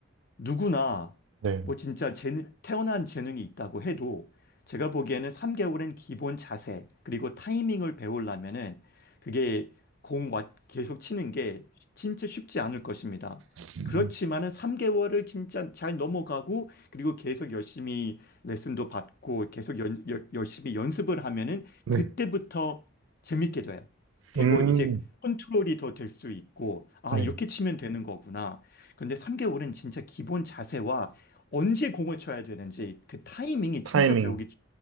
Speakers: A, on the left; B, on the right.
A: 누구나
B: 네.
A: 뭐 진짜 재능, 태어난 재능이 있다고 해도 제가 보기에는 3개월은 기본 자세 그리고 타이밍을 배우려면은 그게 공 와- 계속 치는 게 진짜 쉽지 않을 것입니다.
B: 음,
A: 그렇지만은 3개월을 진짜 잘 넘어가고 그리고 계속 열심히 레슨도 받고 계속 연- 열- 열심히 연습을 하면은
B: 네.
A: 그때부터 재밌게 돼요. 그리고
B: 음,
A: 이제 컨트롤이 더 될 수 있고, 아,
B: 네.
A: 이렇게 치면 되는 거구나. 그런데 3개월은 진짜 기본 자세와 언제 공을 쳐야 되는지 그 타이밍이
B: 타이밍.
A: 진짜 배우기,